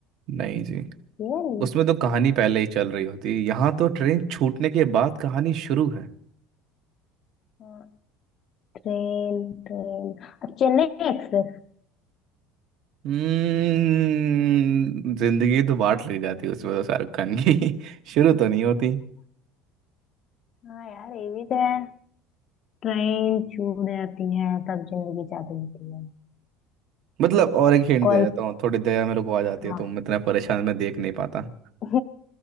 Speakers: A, on the right; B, on the left.
A: नहीं जी
B: ये वाली
A: उसमें तो कहानी पहले ही चल रही होती है यहाँ तो ट्रेन छूटने के बाद कहानी शुरू है
B: हाँ ट्रेन ट्रेन अब चेन्नई एक्सप्रेस
A: हम्म जिंदगी तो बांट ली जाती है उसमें तो शाहरुख खान की <laughs> शुरू तो नहीं होती
B: हाँ यार ये भी तो है ट्रेन छूट जाती है तब जिंदगी चालू होती है
A: मतलब और एक हिंट
B: कौन
A: दे देता हूँ थोड़ी दया मेरे को आ जाती
B: हाँ
A: है तो मैं इतना परेशान मैं देख नहीं पाता
B: <laughs>